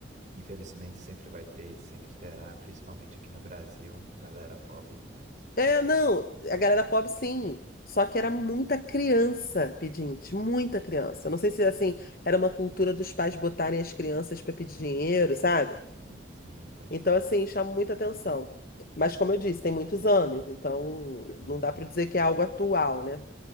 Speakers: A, on the right; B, on the left.
A: infelizmente, sempre vai ter e sempre terá, principalmente aqui no Brasil, galera pobre, mas.
B: É, não, a galera pobre sim. Só que era muita criança pedinte, muita criança. Não sei se assim, era uma cultura dos pais botarem as crianças para pedir dinheiro, sabe?
A: Sim, sim, pode
B: Então
A: crer.
B: assim, chama muita atenção. Mas como eu disse, tem muitos anos, então
A: Uhum.
B: não dá para dizer que é algo atual, né?